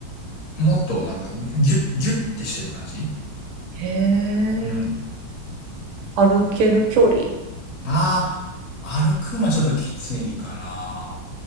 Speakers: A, on the left; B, on the right.
A: もっとなんかギュッ、ギュッてしてる感じ
B: へえ。
A: うん。
B: 歩ける距離、
A: ああ、歩くんはちょっときついかな。